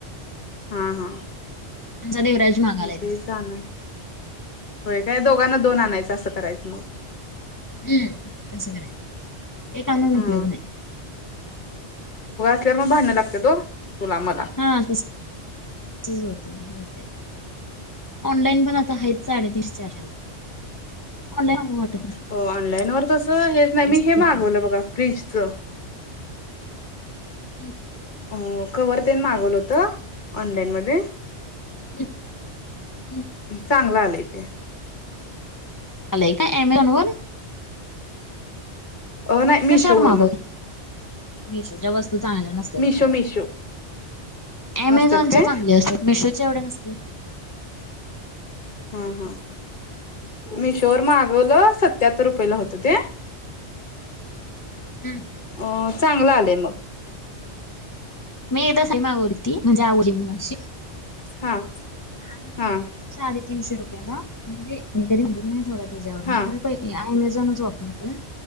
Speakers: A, on the left; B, on the left.
A: हा हा
B: आमचा देवराज मागालाय
A: म तेच
B: तसलं
A: आण होय का दोघांना दोन आणायचं असं करायचं मग.
B: हम्म तसं करायच एक आनून
A: हा
B: उपयोग नाही.
A: म भांडण लागत हो तुला मला.
B: हा तसंच होतंय होतंय. ऑनलाइन पण आता आहेत साडेतीनशेला चारषेला ऑनलाईन वाट
A: हो ऑनलाईन वर तस हे नाही
B: व्यवस्थित
A: मी हे
B: येत
A: मागवलं
B: नाहीत.
A: बघा फ्रीजच.
B: हम्म
A: अ कवर तेन मागवलं होत ऑनलाईन मध्ये.
B: हं, हं.
A: चांगलं आलंय ते.
B: आलं का अमेझॉन वर.
A: अ नाही मिशो
B: कशावर
A: वरण.
B: मागवत मिशोच्या वस्तू चांगल्या नसतात
A: मिशो
B: खरं
A: मिशो.
B: अमेझॉनच्या
A: नसत्यात काय
B: चांगल्या असतात मिशोच्या एवढ्या नसतात.
A: हा हा मिशोवर मागवलं सत्याहत्तर रुपयेला होतं ते
B: हम्म.
A: अ चांगला आलंय मग
B: मी एकदा सही मागवलती म्हणजे आवडली म्हणून अशी.
A: हा
B: आणि
A: हा
B: साडेतीनशे रुपयेला म्हणजे मी कधी नाही सोडा त्याच्यावरन
A: हा
B: खरं होय मी अमेझॉनच वापरतोय